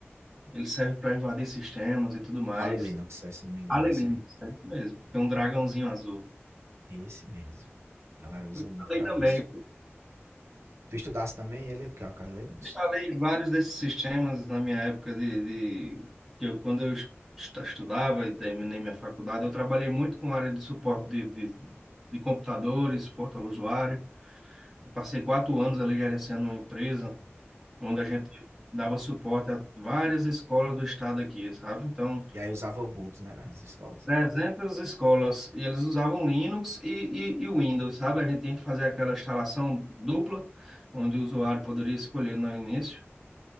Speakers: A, in the centre; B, on the right.
A: Ele serve para invadir sistemas e tudo mais.
B: Kali Linux, é, se não me engano,
A: Alien
B: esse
A: Linux,
B: aí.
A: é isso mesmo. Tem um dragãozinho azul.
B: Esse mesmo. A galera usa
A: Eu
B: muito
A: falei
B: pra
A: também.
B: isso.
A: viu?
B: Tu estudasse também ele, que é o Kali Linux?
A: Instalei vários desses sistemas na minha época de, de que eu, quando eu est- estudava e terminei minha faculdade, eu trabalhei muito com a área de suporte de, de, de de computadores, suporte ao usuário. Eu passei quatro anos ali gerenciando uma empresa onde
B: Uhum.
A: a gente dava suporte a várias escolas do estado aqui, sabe? Então,
B: E aí usava o Ubuntu, né, as escolas?
A: 300 escolas e eles usavam Linux e, e, e Windows, sabe? A gente tinha que fazer aquela instalação dupla, onde o usuário poderia escolher no início